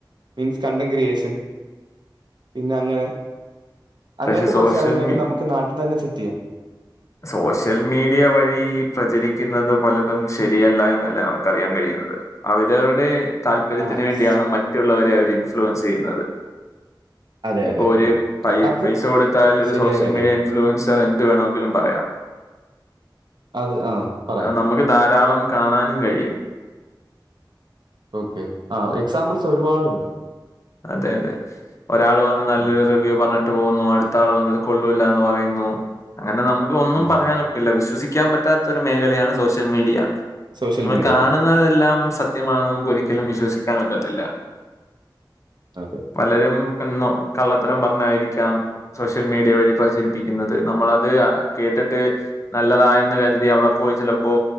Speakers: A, on the right; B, on the left.
A: മീൻസ് കണ്ടൻ ക്രിയേഷൻ പിന്നെങ്ങനെ, അങ്ങൻത്തെ
B: പക്ഷെ
A: കൊറച്ച്
B: സോഷ്യൽ
A: കാര്യങ്ങളെങ്കി
B: മീ
A: നമുക്ക് നാട്ടി ത്തന്നെ സെറ്റെയ്യാം.
B: സോഷ്യൽ മീഡിയ വഴി- പ്രചരിക്കുന്നത് പലതും ശരിയല്ല എന്നല്ല നമുക്കറിയാൻ കഴിയുന്നത് അവരവരുടെ- താല്പര്യത്തിന്
A: ആ
B: വേണ്ടിയാണ്
A: ശ്-
B: മറ്റുള്ളവരെ അവര് ഇൻഫ്ലുവൻസ് ചെയ്യുന്നത്.
A: അതെ
B: ഇപ്പൊ
A: അതെ
B: ഒരു
A: അതെ
B: പൈ
A: അ- അത്
B: പൈസ കൊടുത്താൽ ഒരു
A: ശരിയായ
B: സോഷ്യൽ
A: കാര്യമാണ്
B: മീഡിയ ഇൻ ഇൻഫ്ലുവൻസർ എന്ത് വേണമെങ്കിലും പറയാം.
A: അത് ആ പറയാം
B: നമുക്ക് ധാരാളം കാണാനും കഴിയും.
A: ഓക്കേ ആ എക്സാമ്പിൾസ് ഒരുപാടുണ്ട്.
B: അതെ അതെ ഒരാൾ വന്ന് നല്ലൊരു
A: ഉം.
B: റിവ്യൂ പറഞ്ഞിട്ട് പോകുന്നു അടുത്ത മറ്റേ ആൾ വന്ന് ഇത് കൊള്ളൂല്ല എന്ന് പറയുന്നു അങ്ങനെ നമുക്ക് ഒന്നും
A: ഉം.
B: പറയാൻ ഒക്കില്ല വിശ്വസിക്കാൻ പറ്റ- പറ്റാത്ത ഒരു മേഖലയാണ് സോഷ്യൽ മീഡിയ
A: സോഷ്യൽ
B: നമ്മൾ
A: മീഡിയ
B: കാണുന്നത്. എല്ലാം സത്യമാണ് നമുക്ക് ഒരിക്കലും വിശ്വസിക്കാൻ ഒക്കത്തില്ല.
A: അതെ.
B: പലരും എന്നോ കള്ളത്തരം പറഞ്ഞായിരിക്കാം. സോഷ്യൽ മീഡിയ വഴി പ്രചരിപ്പിക്കുന്നത് നമ്മളത് കേട്ടിട്ട്- നല്ലതായെന്ന് കരുതി അവിടെ പോയി ചിലപ്പോ